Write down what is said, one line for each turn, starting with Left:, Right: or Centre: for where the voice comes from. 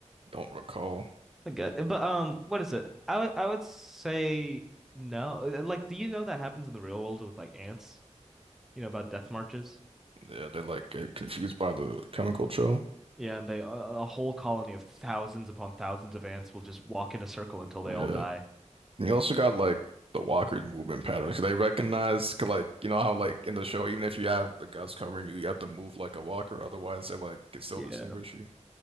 Right: don't recall.
Centre: I get it. But um, what is it? I would- I would say no. Uh, Like, do you know that happens in the real world with like ants? You know about death marches?
Right: Yeah, they like get confused by the chemical trail.
Centre: Yeah, and they a, a whole colony of thousands upon thousands of ants will just walk in a circle until they
Right: Yeah,
Centre: all die.
Right: and you also got like the walker's movement patterns. 'Cause They recognize 'cause, like you know how like in the show even if you have the guts covering you you have to move like a walker otherwise they like can still
Centre: Yeah.
Right: distinguish you.